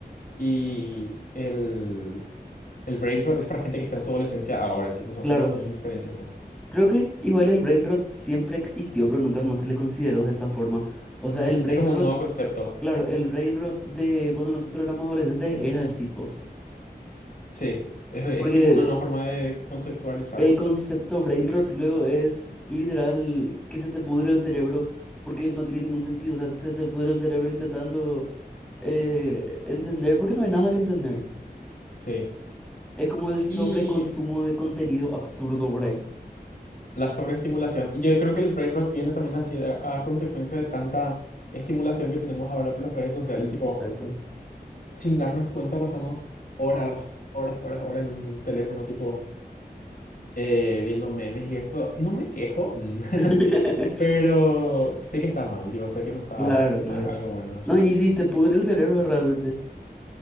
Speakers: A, on the left (about 60°); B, in the centre.
A: y el, el brain rot es para gente que está en su adolescencia ahora, tipo son
B: claro.
A: generaciones diferentes ya.
B: Creo que igual el brain rot siempre existió, pero nunca no se le consideró de esa forma. O sea,
A: Ujú,
B: el brain
A: Es como
B: rot,
A: un nuevo concepto,
B: claro, el brain rot de cuando nosotros éramos adolescentes era el shitpost.
A: sí. Es, es
B: Porque
A: tipo una nueva forma de conceptualizar,
B: el concepto brain rot luego es literal que se te pudre el cerebro porque no tiene ningún sentido. O sea, se te pudre el cerebro intentando eh, entender porque no hay nada que entender.
A: sí.
B: Es como el sobreconsumo
A: y
B: de contenido absurdo brain.
A: La sobreestimulación. Y yo creo que el brain rot viene también así a, a consecuencia de tanta estimulación que tenemos ahora por las redes sociales.
B: Mm,
A: Tipo,
B: Exacto.
A: sin darnos cuenta pasamos horas, horas, horas, horas en un teléfono, tipo, eh, viendo memes y eso. No me quejo, mm, <laughs>
B: <laughs>
A: pero sé que está mal. Digo, sé que no está,
B: Claro, claro.
A: no es algo bueno de hacer.
B: No, y sí, te pudre el cerebro realmente.